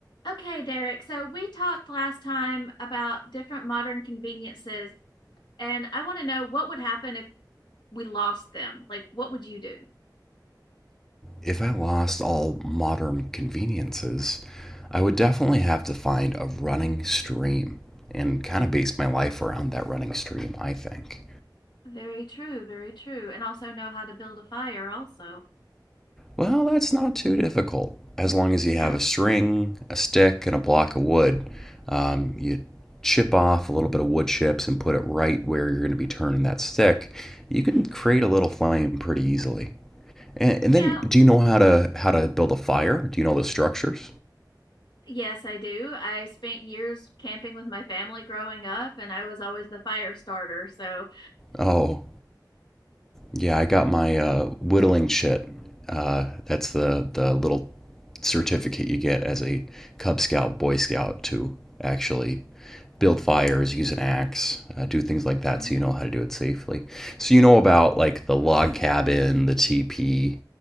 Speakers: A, on the left (about 85°); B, in the centre.
A: Okay, Derek. So we talked last time about different modern conveniences, and I want to know what would happen if we lost them. Like, what would you do?
B: if I lost all modern conveniences, I would definitely have to find a running stream and kind of base my life around that running stream, I think.
A: Very true, very true. And also know how to build a fire, also.
B: Well, that's not too difficult. As long as you
A: No.
B: have a string, a stick, and a block of wood, um, you chip off a little bit of wood chips and put it right where you're going to be turning that stick, you can create a little flame pretty easily. And, and
A: Yeah.
B: then, do you know how to how to build a fire? Do you know the structures?
A: Yes, I do. I spent years camping with my family growing up, and I was always the fire starter. So,
B: Oh, Yeah, I got my uh, whittling chit. Uh, that's the the little certificate you get as a Cub Scout, Boy Scout to actually build fires, use an axe, uh, do things like that,
A: mhm.
B: so you know how to do it safely. So you know about like the log cabin, the teepee,